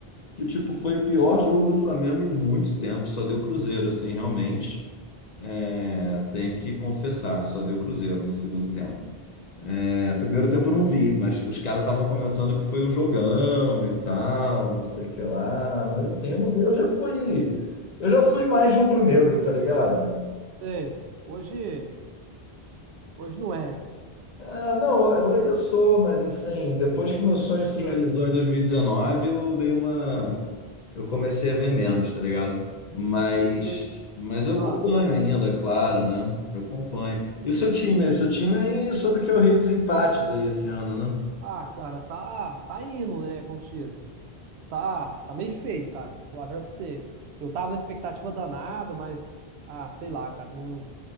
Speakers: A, on the left (about 50°); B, on the right (about 90°).
A: que tipo, foi o pior jogo do Flamengo em muito tempo. Só deu Cruzeiro, assim, realmente. É, tenho que confessar, só deu Cruzeiro no segundo tempo. É, primeiro tempo eu não vi, mas os caras estavam comentando que foi um jogão e tal, não sei o que lá. Mas enfim, eu não vi. Eu já fui, eu já fui mais rubro-negro, tá ligado?
B: sei. Hoje, hoje não é.
A: Ah, não, eu eu ainda sou, mas assim, depois que meu sonho se
B: Ah,
A: realizou em 2019, eu dei uma, eu comecei a ver menos, tá ligado? Mas,
B: não tô-
A: mas eu
B: ah,
A: acompanho ainda, é claro, né? Eu acompanho. E o seu time, o seu time aí soube que é o rei dos empates aí esse ano, né?
B: ah, cara, tá, tá indo, né? Como se diz. Tá, tá meio feio, cara. Vou lá ver verdade pra você. Eu tava na expectativa danada, mas, ah, sei lá, cara, não